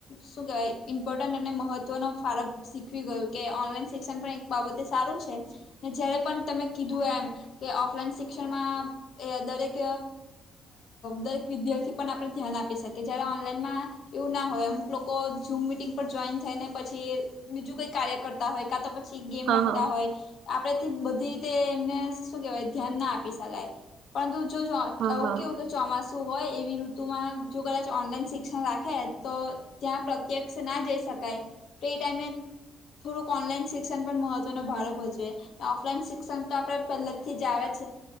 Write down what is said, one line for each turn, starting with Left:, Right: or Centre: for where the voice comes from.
Left: શું કહેવાય, ઇમ્પોર્ટન્ટ અને મહત્વનો ફારક શીખવી ગયું કે ઓનલાઈન શિક્ષણ પણ એક બાબતે સારું છે. ને જયારે પણ તમે કીધું એમ કે ઓફલાઈન શિક્ષણમાં દરેક દરેક વિદ્યાર્થી પણ આપણે ધ્યાન આપી શકી જયારે ઓનલાઈનમાં, એવું ના હોય અમુક લોકો ઝૂમ મિટિંગ પર જોઈન થઈ ને પછી બીજું કઈ કાર્ય કરતા હોય કાતો પછી ગેમ
Right: હા
Left: રમતા
Right: હા
Left: હોય, આપડેથી બધી રીતે એમને શું કેહેવાય ધ્યાન ના આપી શકાય. પરંતુ જો જો આવુ
Right: હા હા
Left: કેવું કે, ચોમાસું હોય એવી ઋતુમાં જો કદાચ ઓનલાઈન શિક્ષણ રાખે તો ત્યાં પ્ર પ્ત્યક્ષ ના જઈ શકાય તો એ ટાઈમે થોડુંક ઓનલાઈન શિક્ષણ પણ મહત્વનો ભારે ભજવે, ઓફલાઈન શિક્ષણ તો આપડે પહેલા થી જ આવે છે,